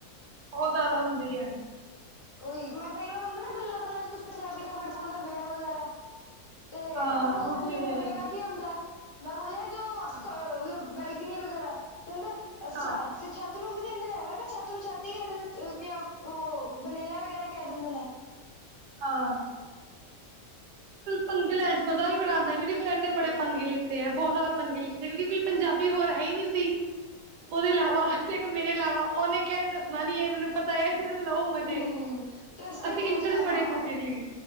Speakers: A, on the right; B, on the left.
A: ਉਹ ਜ਼ਿਆਦਾ ਹੁੰਦੀ ਹੈ।
B: ਉਹੀ ਮੈਂ ਕਈ ਵਾਰ ਹੁੰਦਾ, ਨਾ ਗੱਲਾਂ- ਗੱਲਾਂ ਚ ਕੁਛ ਪੰਜਾਬੀ ਦਾ ਵਰਡ ਬੋਲਦਾ ਵਿਹੜਾ, ਵਗੈਰਾ। ਤੇ
A: ਹਾਂ
B: ਉਹਨਾ ਨੂੰ ਸਮਝ
A: ਉਹ
B: ਨੀ
A: ਤੇ
B: ਆਉਂਦਾ
A: ਹੈ ਹੀ
B: ਵਿਹੜਾ
A: ਹੈ
B: ਕੀ ਹੁੰਦਾ? ਮੈਂ ਬੋਲਿਆ ਜੋ
A: ਹਾਂ।
B: ਮਤਲਬ ਬੈਲਕਨੀ, ਵਗੈਰਾ। ਕਹਿੰਦੇ ਅੱਛਾ,
A: ਹਾਂ
B: ਤੇ ਛੱ ਛੱਤ ਨੂੰ ਕੀ ਕਹਿੰਦੇ ਹੈ? ਮੈਂ ਕਿਹਾ ਛੱਤ ਨੂੰ ਛੱਤ ਹੀ ਕਹਿੰਦੇ ਨੇ ਉਹ ਬਨੇਰਾ, ਵਗੈਰਾ ਕਹਿ ਦਿੰਦੇ ਨੇ।
A: ਹਾਂ। ਪੰੰਗੇ ਲੈਣ ਚ ਮਜ਼ਾ ਵੀ ਬੜਾ ਆਉਂਦਾ, ਮੇਰੇ ਫਰੈਂਡ ਨੇ ਬੜੇ ਪੰਗੇ ਲਿੱਤੇ ਏ, ਬਹੁਤ ਜ਼ਿਆਦ ਪੰਗੇ ਲਿਤੇ ਕਿਉਂਕਿ ਕੋਈ ਪੰਜਾਬੀ ਹੋਰ ਹੈ ਈ ਨਹੀਂ ਸੀ, ਉਹਦੇ ਇਲਾਵਾ ਤੇ ਇੱਕ ਮੇਰੇ ਇਲਾਵਾ, ਉਹਨੇ ਕਿਹਾ ਦੱਸਣਾ ਨੀ ਇਹ ਮੈਨੂੰ ਪਤਾ ਏ। ਲਓ ਮਜ਼ੇ,
B: ਹੂੰ ਟਰਸਟਡ
A: ਅਸੀਂ
B: ਦੋਸਤ
A: ਇੰਟਰ
B: ਹੈ
A: <unintelligible>
B: ਨਾ
A: ਬੜੇ ਮਜ਼ੇ
B: ਉਹ
A: ਲੀਏ